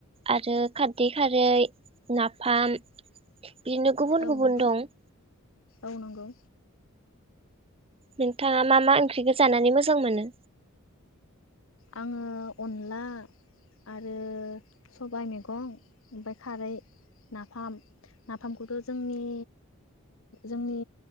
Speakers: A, on the right; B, on the left.
A: आरो खारदै खारै नाफाम बिदिनो गुबुन
B: औ
A: गुबुन
B: नंगौ
A: दं।
B: औ नंगौ।
A: नोंथाङा मा मा ओंख्रिखौ जानानै मोजां मोनो?
B: आङो अनला आरो सबाइ मैगं ओमफ्राय खारै नाफाम नाफामखौथ' जोंनि जोंनि